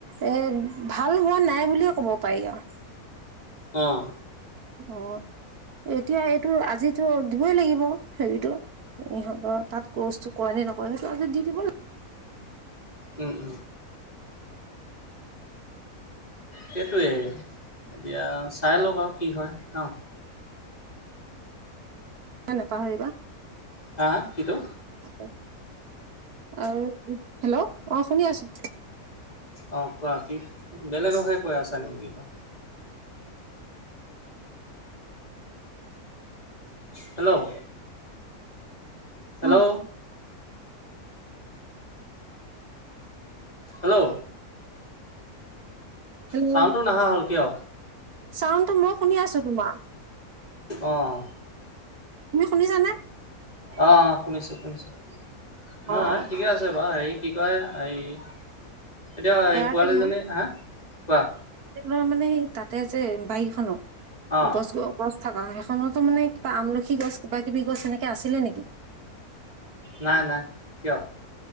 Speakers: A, on the right (about 80°); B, on the left (about 25°).
A: এ ভাল হোৱা নাই বুলিয়ে ক'ব পাৰি আৰু।
B: অহ।
A: অ, এতিয়া এইটো আজিটো দিবই লাগিব, হেৰিতো ইহঁতৰ তাত কৰ্চটো কৰে নে নকৰে, সেইটো আজি দি দিব লাগিব।
B: উম। সেইটোৱেই, এতিয়া চাই লওক আৰু কি হয় ন।
A: নেপাহৰিবা।
B: হা হা কিটো।
A: অ। আৰু, হেল্ল' অঁ শুনি আছোঁ।
B: অ কোৱা কি বেলেগকহে। কৈ আছা নে কিবা। Hello hello.
A: উম,
B: হেল্ল'।
A: হেল্ল'
B: ছাউণ্ডটো নাহা হ'ল, কিয়?
A: চাউণ্ডটো মই শুনি আছো তোমাৰ।
B: অঁ।
A: তুমি শুনিছানে?
B: অ, শুনিছো শুনিছো। নহয়,
A: অ', অ',
B: ঠিকে আছে বাৰু হেৰি কি। <unintelligible> এতিয়া এই
A: এয়াৰটেল
B: পোৱালিজনী, হা কোৱা
A: লৰ মানে সাই তাতে যে বাৰীখনৰ।
B: অঁ
A: গছ-গ গছ। থাক সেইখনতো মানে কিবা আমলখি গছ কিবা কিবি গছ এনেকে আছিলে নেকি?
B: নাই নাই কিয়।